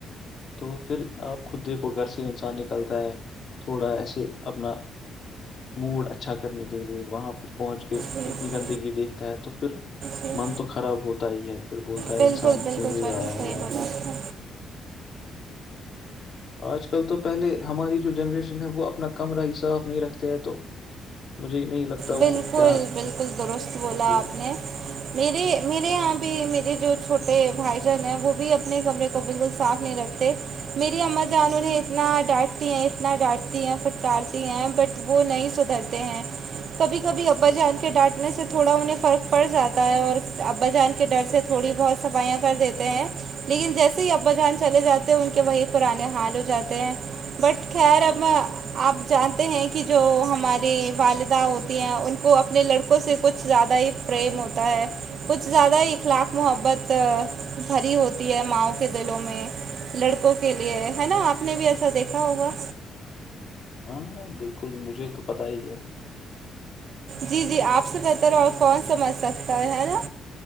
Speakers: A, on the left; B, on the right.
A: تو پھر آپ خود دیکھو گھر سے انسان نکلتا ہے تھوڑا ایسے سے اپنا موڈ اچھا کرنے کے لیے وہاں پر پہنچ کے
B: جی جی
A: اتنی گندگی دیکھتا ہے تو پھر
B: جی
A: من تو خراب ہوتا ہی ہے پھر بولتا ہے
B: بالکل
A: انسان
B: بالکل
A: کیوں ہی
B: بالکل
A: آیا ہوں
B: صحیح
A: یہاں
B: بولا
A: پہ
B: آپ نے
A: آج کل تو پہلے ہماری جو جنریشن ہے وہ اپنا کمرہ ہی صاف نہیں رکھتے ہے تو مجھے ہی نہیں لگتا
B: بالکل
A: وہ کیا
B: بالکل درست بولا
A: بھی
B: آپ نے میرے میرے یہاں بھی میرے جو چھوٹے بھائی جان ہیں وہ بھی اپنے کمرے کو بالکل صاف نہیں رکھتے میری اما جان انہیں اتنا ڈانٹتی ہیں اتنا ڈانٹتی ہیں پھٹکارتی ہیں بٹ وہ نہیں سدھرتے ہیں کبھی کبھی ابا جان کے ڈانٹنے سے تھوڑا انہیں فرق پڑ جاتا ہے اور ابا جان کے ڈر سے تھوڑی بہت صفائیاں کر دیتے ہیں لیکن جیسے ہی ابا جان چلے جاتے ہیں ان کے وہی پرانے حال ہو جاتے ہیں بٹ خیر اب آپ جانتے ہیں کہ جو ہماری والدہ ہوتی ہیں ان کو اپنے لڑکوں سے کچھ زیادہ ہی پریم ہوتا ہے کچھ زیادہ اخلاق محبت بھری ہوتی ہے ماؤں کے دلوں میں لڑکوں کے لیے ہے نا آپ نے بھی ایسا دیکھا ہوگا
A: ہاں بالکل مجھے تو پتا ہی ہے
B: جی جی آپ سے بہتر اور کون سمجھ سکتا ہے ہے نا